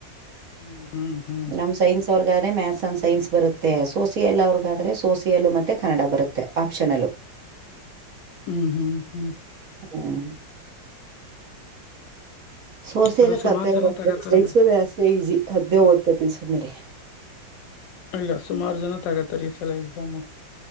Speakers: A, on the left; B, on the right.
A: ಹ್ಮ್ ಹ್ಮ್ ಹ್ಮ್
B: ನಮ್ ಸೈನ್ಸ್ ಅವ್ರಿಗಾದ್ರೆ ಮ್ಯಾಥಸ್ ಅಂಡ್ ಸೈನ್ಸ್ ಬರುತ್ತೆ ಸೋಸಿಯಲ್ ಅವ್ರಿಗಾದ್ರೆ ಸೋಸಿಯಲ್ ಮತ್ತೆ ಕನ್ನಡ ಬರುತ್ತೆ ಆಪ್ಷನಲು
A: ಹ್ಮ್ ಹ್ಮ್ ಹ್ಮ್
B: ಹ್ಮ ಸೋಸೆಲ್ಲ
A: ಈ ಸಲ ಸುಮಾರು
B: ಕಂಪೇರ್
A: ಜನ
B: ಬತ
A: ತಗತಾರ
B: ಸ್ಸ ವ್ಯಸ್ ಈಸಿ ಅದೇ ಓದ್ತಿ ಸು್ನೆರಿ
A: ಇಲ್ಲ ಸುಮಾರು ಜನ ತಗತ್ತಾರೆ ಈ ಸಲ ಎಕ್ಸಾಮು